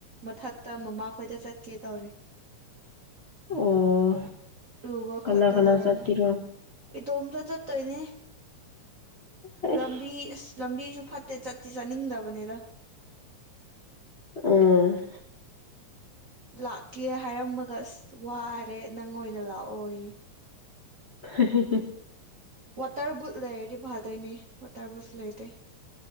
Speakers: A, on the right (about 50°); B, on the left (about 65°).
A: ꯃꯊꯛꯇ ꯃꯃꯥꯈꯣꯏꯗ ꯆ ꯀꯦ ꯇꯧꯔꯤ
B: ꯑꯣ
A: ꯔꯒꯔ
B: ꯀꯅꯥ
A: ꯈꯠ ꯇꯣ
B: ꯀꯅꯥ
A: ꯂꯣꯏꯔꯒ
B: ꯆꯠꯀꯦꯔꯣ
A: ꯏꯇꯣꯝꯇ ꯆꯠꯇꯣꯏꯅꯦ
B: ꯑꯩꯁ
A: ꯂꯝꯕꯤ ꯑꯁ ꯂꯝꯕꯤꯁꯨ ꯐꯠꯇꯦ ꯆꯠꯇꯠꯇꯤ ꯆꯠꯅꯤꯡꯗꯕꯅꯤꯗ
B: ꯑ
A: ꯂꯥꯛꯀꯦ ꯍꯥꯏꯔꯝꯃꯒ ꯑꯁ ꯋꯥꯔꯦ ꯅꯪ ꯑꯣꯏꯅ ꯂꯥꯛꯑꯣꯌꯦ
B: <unintelligible>
A: ꯋꯥꯇꯔꯕꯨꯠ ꯂꯩ ꯍꯥꯏꯗꯤ ꯐꯗꯩꯅꯦ ꯋꯥꯇꯔꯕꯨꯠ ꯂꯩꯥꯏꯇ